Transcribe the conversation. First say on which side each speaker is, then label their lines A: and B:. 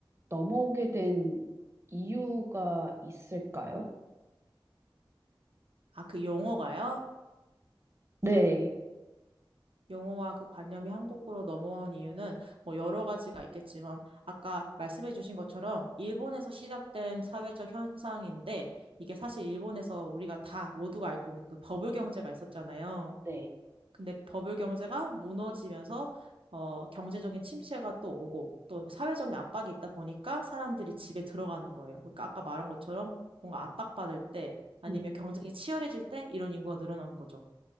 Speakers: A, on the right (about 30°); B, on the right (about 80°).
A: 넘어오게 된 이유가 있을까요?
B: 아, 그 용어가요?
A: 네,
B: 용어와 그 관념이 한국으로 넘어온 이유는 뭐 여러 가지가 있겠지만 아까 말씀해 주신 것처럼 일본에서 시작된 사회적 현상인데 이게 사실 일본에서 우리가 다 모두가 알고 있는 그 버블 경제가 있었잖아요.
A: 네.
B: 근데 버블 경제가 무너지면서 어, 경제적인 침체가 또 오고 또 사회적인 압박이 있다 보니까 사람들이 집에 들어가는 거예요. 그러니까 아까 말한 것처럼 뭔가 압박받을 때 아니면
A: 음,
B: 경쟁이 치열해질 때 이런 인구가 늘어나는 거죠.